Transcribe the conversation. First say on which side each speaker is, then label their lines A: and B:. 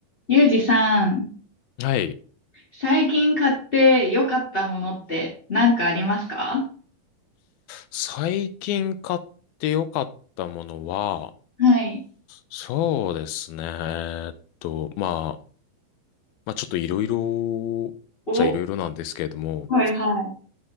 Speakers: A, on the left; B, on the left.
A: ゆうじさん、
B: はい。
A: 最近買って良かったものって何かありますか
B: 最近買って良かったものは、
A: はい。
B: そうですね。えーっと、まあ、まあちょっといろいろ、
A: お、
B: じゃいろいろなんですけれども、
A: はいは